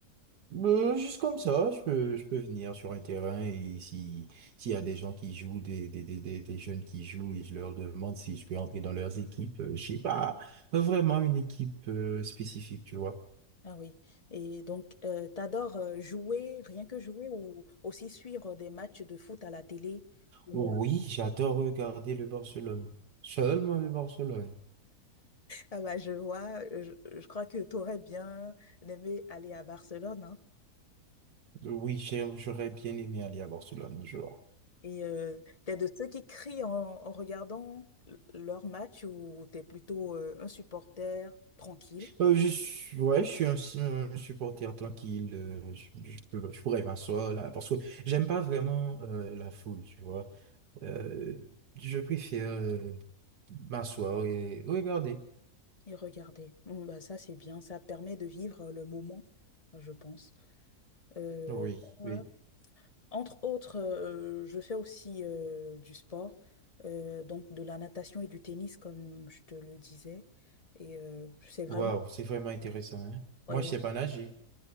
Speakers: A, on the right; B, on the left.
A: Euh, juste comme ça, je peux, je peux venir sur un terrain et si, s'il y a des gens qui jouent, des, des, des, des, des jeunes qui jouent et je leur demande si je peux entrer dans leurs équipes, euh, j'ai pas vraiment une équipe euh, spécifique, tu vois.
B: Ah oui. Et donc, euh, t'adores euh, jouer, rien que jouer ou aussi suivre des matchs de foot à la télé? Comme,
A: Oui,
B: euh,
A: j'adore regarder le Barcelone. Seulement le Barcelone.
B: Ah bah, je vois, euh, je, je crois que t'aurais bien aimé aller à Barcelone, hein.
A: Oui, j'ai- j'aurais bien aimé aller à Barcelone un jour.
B: Et euh, t'es de ceux qui crient en, en regardant l- leur match ou t'es plutôt euh, un supporter tranquille
A: Euh, je suis, ouais, je suis un, s- un supporter tranquille. euh, je, je peux- je pourrais m'asseoir là parce que j'aime pas vraiment euh, la foule, tu vois. Euh, je préfère euh, m'asseoir et regarder.
B: et regardez. Mm, bah ça, c'est bien. Ça permet de vivre euh, le moment, je pense. Euh,
A: Oui,
B: moi,
A: oui.
B: entre autres, euh, je fais aussi euh, du sport, euh, donc de la natation et du tennis, comme je te le disais. Et euh, c'est vraiment...
A: Waouh, c'est vraiment intéressant, hein.
B: ouais,
A: Moi, je sais pas nager.